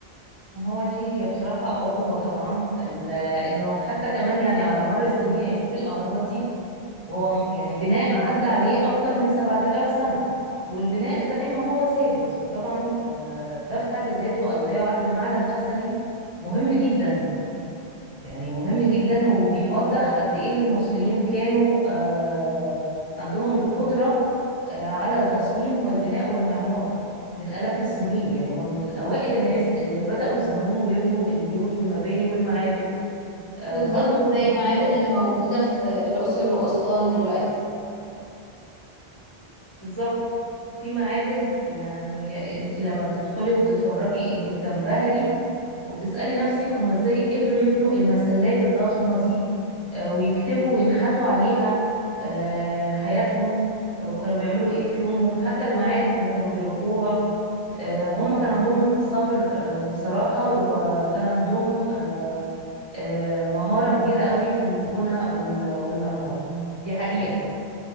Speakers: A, on the right (about 35°); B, on the left (about 40°).
A: ما هو دي هي بصراحة أعجوبة طبعا ال- إنه حتى كمان يعني على مر السنين يعني شوف الأهرامات دي هو م- يعني بناء عدى عليه أكتر من 7000 سنة والبناء زي ما هو ثابت فطبعا آه، ده في حد ذاته أو ده يعد معلم أثري مهم جدا يعني مهم جدا وبيوضح قد ايه المصريين كانوا آه، عندهم القدرة آه، على التصميم والبناء والمعمار من آلاف السنين يعني هم من أوائل الناس اللي بدأوا يصمموا ويبنوا البيوت والمباني والمعابد آه،
B: بالظبط
A: برضو
B: زي
A: في الأقصر
B: المعابد
A: وأسوان
B: اللي موجودة في الأقصر وأسوان دلوقتي
A: بالظبط في معابد يعني انت لما بتدخلي وبتتفرجي انت بتنبهري وبتسألي نفسك هما ازاي قدروا يبنوا المسلات الضخمة دي آه، ويكتبوا وينحتوا عليها آه، حياتهم آه، وكانوا بيعملوا ايه في يومهم حتى المعارك اللي كانوا بيروحوها آه، هما كان عندهم صبر آه، بصراحة وكان عندهم آه، آه، مهارة كبيرة قوي في البناء وال- والمعمار دي حقيقة